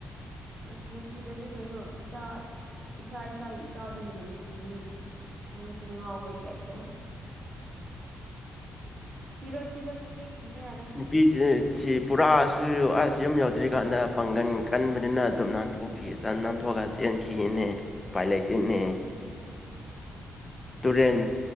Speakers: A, on the right; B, on the left.
A: ꯑꯁ ꯅꯨꯡꯁꯤꯗꯗꯤ ꯀꯩꯅꯣ ꯏꯆꯥ ꯏꯁꯥ ꯏꯁꯥꯒꯤ ꯆꯥꯗꯤ ꯀꯥꯅꯅ ꯅꯨꯡꯁꯤꯒꯅꯤ ꯅꯪꯁꯨ ꯉꯥꯎꯕꯩ ꯇꯥꯏꯞꯇ ꯊꯤꯔꯣ ꯊꯤꯔꯣ ꯅꯨꯄꯤ ꯊꯤꯕ ꯌꯥꯔꯦ
B: ꯄꯁꯤꯖꯦ ꯊꯤ ꯄꯨꯔꯥꯁꯨ ꯑꯁ ꯌꯨꯝ ꯌꯧꯗ꯭ꯔꯤꯀꯥꯟꯗ ꯄꯥꯡꯒꯟ ꯀꯟꯕꯅꯤꯅ ꯑꯗꯨꯝ ꯅꯥꯟꯊꯣꯛꯈꯤ ꯅꯥꯟꯊꯣꯛꯑꯒ ꯆꯦꯟꯈꯤꯅꯦ ꯄꯥꯏ ꯂꯩꯇꯦꯅꯦ ꯇꯨꯔꯦꯟ